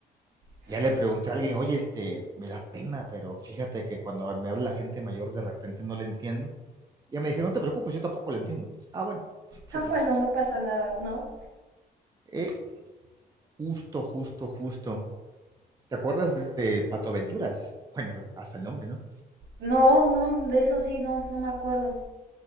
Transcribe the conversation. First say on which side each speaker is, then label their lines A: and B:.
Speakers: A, on the right; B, on the right.
A: Sí.
B: Ya le pregunté a alguien, oye, este, me da pena, pero fíjate que cuando me habla la gente mayor de repente no le entiendo. Ya me dijeron, no te preocupes, yo tampoco le entiendo. Me dice, ah, bueno, entonces,
A: Ah, bueno, no pasa nada, ¿no?
B: eh, justo, justo, justo. ¿Te acuerdas de Pato Venturas? Bueno, hasta el nombre, ¿no?
A: No, no, de eso sí, no, no me acuerdo.